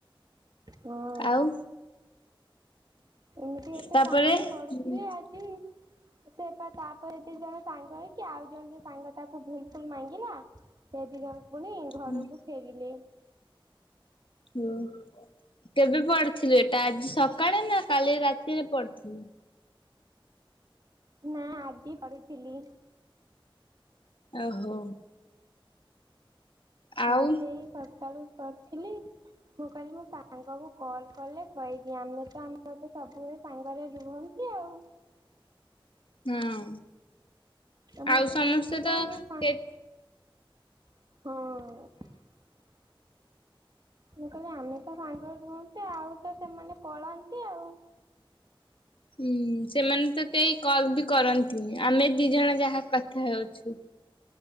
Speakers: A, on the right; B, on the left.
A: ହଁ।
B: ଆଉ
A: ଏମିତି ଗୋଟେ
B: ତାପରେ
A: କାହାଣୀ ପଢୁଥିଲି
B: ହୁଁ
A: ଆଜି। ସେ ପା ତାପରେ ଦି ଜଣ ସାଙ୍ଗ ହେଇକି ଆଉ ଜଣେ ସାଙ୍ଗ ତାକୁ ଭୁଲ୍ ଫୁଲ୍ ମାଗିଲା ସେ ଦିନ ଜଣ ପୁଣି ଘରକୁ
B: ହୁଁ
A: ଫେରିଲେ।
B: ହୁଁ କେବେ ପଢିଥିଲୁ ଏଟା ଆଜି ସକାଳେ ନା କାଲି ରାତିରେ ପଢିଥିଲୁ?
A: ନା ଆଜି ପଢିଥିଲି।
B: ଆହୋ। ଆଉ
A: ଆଜି ଏଇ ସକାଳୁ ପଢ଼ିଥିଲି। ମୁଁ କହିଲି ମୁଁ ସାଙ୍ଗକୁ କଲ୍ କଲେ କହବି ଆମେ ତ ଆମ ତ ସବୁବେଳେ ସାଙ୍ଗରେ ରୁହନ। କିଏ ଆଉ?
B: ହଁ
A: ତମର
B: ଆଉ
A: ତ
B: ସମସ୍ତେ
A: କିଛି ନାହିଁ
B: ତ
A: ଆମେ ସାଙ୍ଗ।
B: କେ
A: ହଁ। ମୁଁ କହିଲି ଆମେ ତ ସାଙ୍ଗରେ ରୁହନ୍ତେ ଆଉ ତ ସେମାନେ ପଳାନ୍ତି ଆଉ।
B: ହୁଁ ସେମାନେ ତ କେହି କଲ୍ ବି କରନ୍ତିନି ଆମେ ଦି ଜଣ ଯାହା କଥା ହେଉଛୁ।